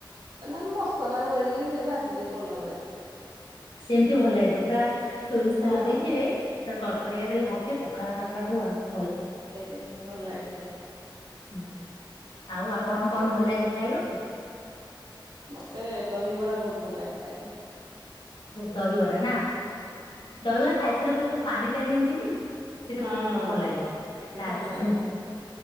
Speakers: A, on the right; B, on the left.
A: ନା ମସଲା ଗୋଳେଇକି ସେଇ ଭାଜିଦିଏ ପଲମରେ।
B: ସେମତି ଭଲ ଲାଗିବ ପୁରା ସୋରିଷ
A: ହଁ
B: ତେଲ ଦେଇଥିବେ ପୁରା କଡ଼କଡିଆ କରି ଭାଜିବେ ପଖାଳ ଭାତ ଖାଇବାକୁ ଆହୁରି
A: ଏମିତି ଭଲ ଲାଗେ ସେ।
B: ହୁଁ, ଆଉ ଆପଣଙ୍କୁ କଣ
A: ସେ
B: ଭଲ ଲାଗେ ଖାଇବାକୁ?
A: ମତେ ଦହିବରା ବହୁତ ଭଲ ଲାଗେ ଖାଇବା ପାଇଁ।
B: ଦହିବରା ନା, ଦହିବରା ଖାଇସାରିଲା ପରେ ଯୋଉ ପାଣିଟା ଦିଅନ୍ତିନି ସେଇଟା
A: ହଁ
B: ପିଇବାକୁ ବହୁତ ଭଲ ଲାଗିବ
A: ହଁ
B: ଲାଷ୍ଟକୁ।
A: ଭଲ ଲାଗେ